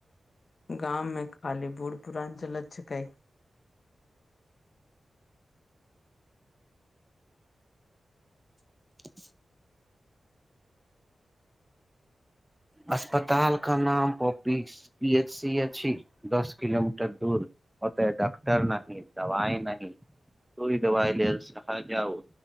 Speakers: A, on the left (about 55°); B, in the centre.
A: गाम मे खाली बूढ़ पुुरान चलत छिकै।
B: <inaudible> अस्पतालके नाम पॉपीस प एच स छी दस किलोमीटर दूर होते डॉक्टर नहि दवाई नहि तोरी दवाइ लेल सह जाउ